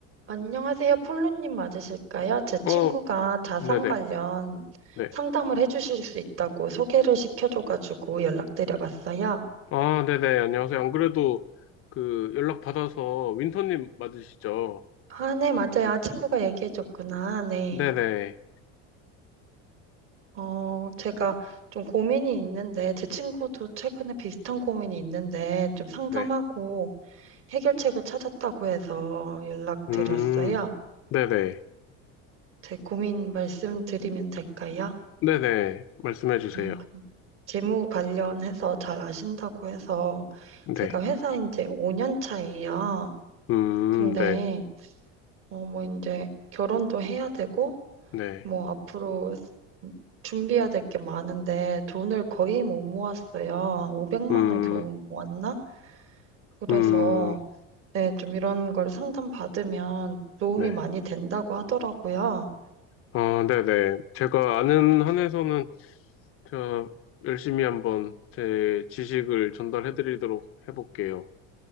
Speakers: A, on the right; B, on the left.
A: 안녕하세요. 폴로님 맞으실까요? 제 친구가
B: 어,
A: 자산
B: 네네,
A: 관련
B: 네.
A: 상담을 해주실 수 있다고 소개를 시켜줘가지고 연락드려봤어요.
B: 아, 네네, 안녕하세요. 안 그래도 그 연락 받아서 윈터님 맞으시죠?
A: 아, 네, 맞아요. 아, 친구가 얘기해줬구나. 네.
B: 네네,
A: 어, 제가 좀 고민이 있는데, 제 친구도 최근에 비슷한 고민이 있는데, 좀 상담하고
B: 네.
A: 해결책을 찾았다고 해서 연락드렸어요.
B: 음, 네네,
A: 제 고민 말씀드리면 될까요?
B: 네네, 말씀해 주세요.
A: 네, 그 재무 관련해서 잘 아신다고 해서
B: 네.
A: 제가 회사 이제 5년 차예요.
B: 음,
A: 근데
B: 네,
A: 어 뭐 이제 결혼도 해야 되고
B: 네.
A: 뭐 앞으로 준비해야 될 게 많은데 돈을 거의 못 모았어요. 500만
B: 음,
A: 원 겨우 모았나? 그래서
B: 음,
A: 네, 좀 이런 걸 상담 받으면 도움이
B: 네.
A: 많이 된다고 하더라고요.
B: 아, 네네. 제가 아는 한에서는 제가 열심히 한번 제 지식을 전달해 드리도록 해볼게요.